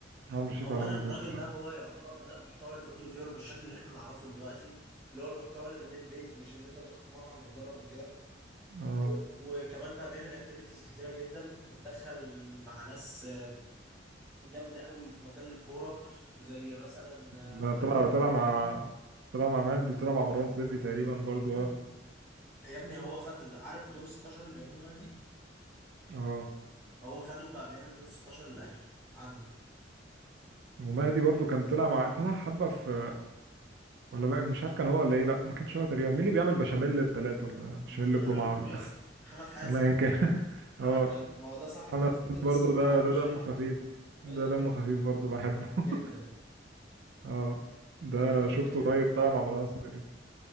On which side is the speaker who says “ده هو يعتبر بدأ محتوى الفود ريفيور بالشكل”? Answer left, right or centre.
Centre